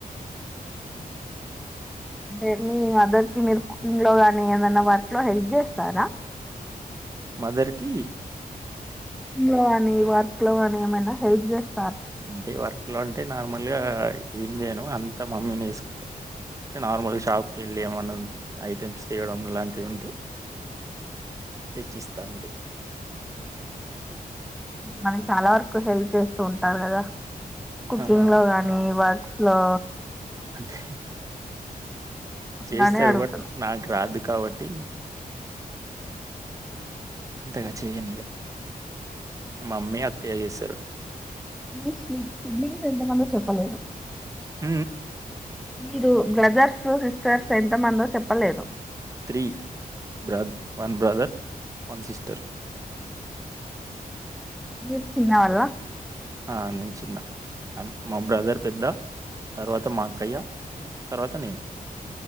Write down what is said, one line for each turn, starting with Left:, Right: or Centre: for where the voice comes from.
Centre: అంటే మీ మదర్ కి మీరు కుకింగ్ లో గాని ఏదైనా వర్క్ లో హెల్ప్ చేస్తారా
Right: మదర్కి కి
Centre: లో అని వార్క్ లో అని ఏమైనా హెల్ప్ చేస్తా
Right: అంటే వర్క్ లో అంటే నార్మల్గా ఏం చేయను అంతా మమ్మీని చూసుకుంటది నార్మల్ షాప్ కి వెళ్ళి ఏమన్నా ఐటెమ్స్ తీయడం లాంటివి ఉంటే తెచ్చిస్తా అంతే
Centre: మనకి చాలా వరకు హెల్ప్ చేస్తూ ఉంటారు కదా కుకింగ్
Right: ఆహా
Centre: లో గానీ వా ఆ
Right: అదే
Centre: అట్లానే
Right: చేస్తారు
Centre: అడుగుతున్నా
Right: బట్ నాకు రాదు కాబట్టి అంతగా చెయ్యనీయ మమ్మీ అక్కయ్య చేస్తారు
Centre: మీ సిడ్లీకి ఎంతమంది చెప్పలేదు
Right: హ
Centre: మీరు బ్రదర్స్ సిస్టర్స్ ఎంత మందు చెప్పలేదు
Right: త్రీ బ వన్ బ్రదర్ వన్ సిస్టర్
Centre: మీరు చిన్న వాళ్ళ
Right: ఆ నేను చిన్న అ మా బ్రదర్ పెద్ద తర్వాత మాక్కయ్య తర్వాత నేను